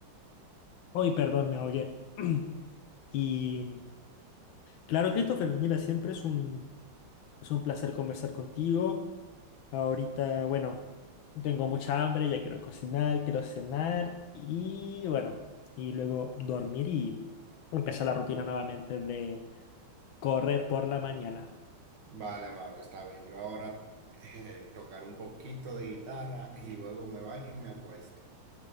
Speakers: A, on the left; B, on the right.
A: Hoy, perdón, me oye. <clears throat> Y Claro, Christopher, mira, siempre es un, es un placer conversar contigo. Ahorita, bueno, tengo mucha hambre, ya quiero cocinar, quiero cenar y bueno, y luego dormir y empezar la rutina nuevamente de correr por la mañana.
B: Vale, vale, está bien. Yo ahora eh, tocaré un poquito de guitarra y luego me baño y me acuesto.